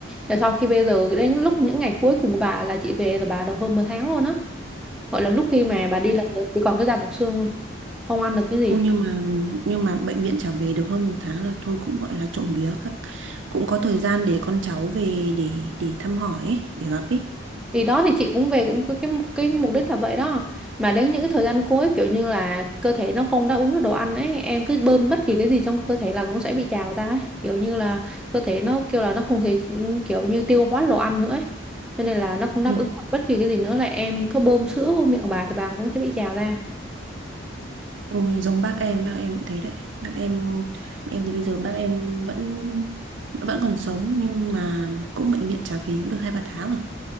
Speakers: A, in the centre; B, on the right (about 65°).
A: rồi sau khi bây giờ đến lúc những ngày cuối cùng của bà là chị về là bà được hơn một tháng luôn á gọi là lúc khi mà bà đi là chỉ còn cái da bọc xương luôn không ăn được cái gì
B: Ô, nhưng mà nhưng mà bệnh viện trả về được hơn một tháng là thôi cũng gọi là trộm vía các cũng có thời gian để con cháu về để để thăm hỏi ấy, để gặp ấy.
A: thì đó thì chị cũng về cũng có cái cái mục đích là vậy đó mà đến những cái thời gian cuối kiểu như là cơ thể nó không đáp ứng được đồ ăn ấy em cứ bơm bất kỳ cái gì trong cơ thể là cũng sẽ bị trào ra ấy kiểu như là cơ thể nó kêu là nó không thể ừ, kiểu như tiêu hóa đồ ăn nữa ấy. cho nên là nó không đáp
B: Ui,
A: ứng được bất kỳ cái gì nữa là em cứ bơm sữa vô miệng của bà thì bà cũng sẽ bị trào ra
B: ui, giống bác em, bác em cũng thế đấy. Bác em em thì bây giờ bác em vẫn vẫn còn sống nhưng mà cũng bệnh viện trả về cũng được hai ba tháng rồi.